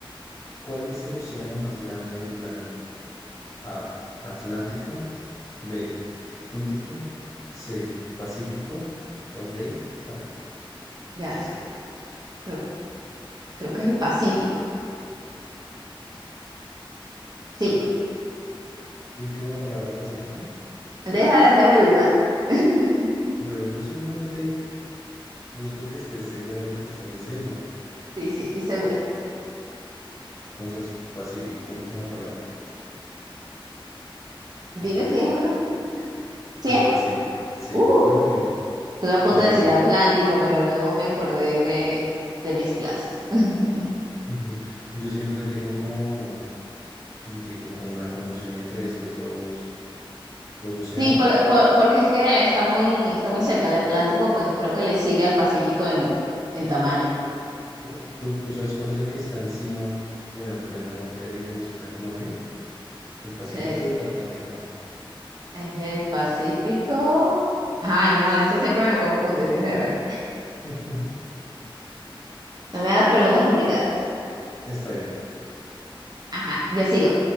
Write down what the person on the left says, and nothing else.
¿cuál es el océano más grande del planeta? A. Atlántico. B. Índico. C. Pacífico. O D. Ártico.
Última palabra, Pacífico.
Yo, yo simplemente busco que estés segura de lo que estás diciendo.
Entonces, Pacífico, última palabra. Sí,
muy
bien.
Sí,
Pacífico. Sí,
muy bien.
Pacífico.
Ujú. Yo siempre tengo como, como te digo, como la confusión entre esos dos, dos océanos.
Ju- ¿Tú, tú sabes cuál es el que está encima, bueno, por el norte de Venezuela y Colombia? El Pacífico
o el Atlántico.
<laughs>
Está bien.